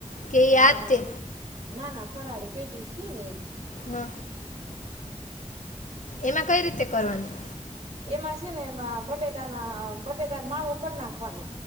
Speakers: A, on the left; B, on the right.
A: કેયા
B: હા હા
A: તે.
B: ના ના ફરાળી પેટીસ કે ની.
A: હ. એમાં કઈ રીતે કરવાનું?
B: એમાં છે ને એમાં બટેટાના બટેટા માવો કર નાખવાનો.